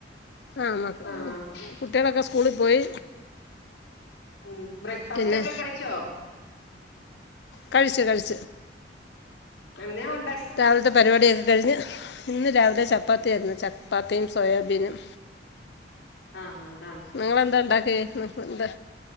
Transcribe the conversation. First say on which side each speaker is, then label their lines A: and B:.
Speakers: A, on the left; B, on the left.
A: ആഹ
B: ആഹ്
A: കുട്ടികളൊക്കെ സ്കൂളിൽ പോയി
B: ഉം ബ്രേക്ക്ഫാസ്റ്റ്
A: പിന്നെ
B: ഒക്കെ കഴിച്ചോ
A: കഴിച്ചു കഴിച്ചു
B: എന്നെ ഉ
A: രാവിലത്തെ പരിപാടിയാരുന്നു കഴിഞ്ഞ് ഇന്ന് രാവിലെ ചപ്പാത്തിയായിരുന്നു. ചപ്പാത്തിയും സോയാബീനും.
B: ആഹ് ആ.
A: നിങ്ങെളെന്താ ഇണ്ടാക്കിയേ എന്താ